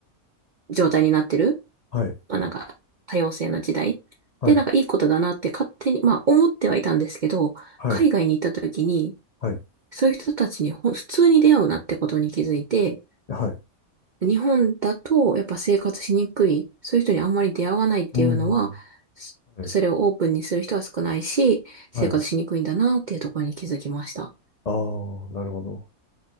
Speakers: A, on the right; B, on the left.
A: 状態になってる。
B: はい。
A: まあなんか、多様性の時代。
B: はい。
A: で、なんかいいことだなって勝手に、まあ思ってはいたんですけど、
B: はい。
A: 海外に行った時に、
B: はい。はい。
A: そういう人たちにほん普通に出会うなってことに気づいて、
B: はい。
A: 日本だとやっぱ生活しにくい、そういう人にあんまり出会わないっていうのは、
B: うん。
A: そそれをオープンにする人は少ないし、
B: はい。
A: 生活しにくいんだなっていうところに気づきました。
B: はい。ああ、なるほど。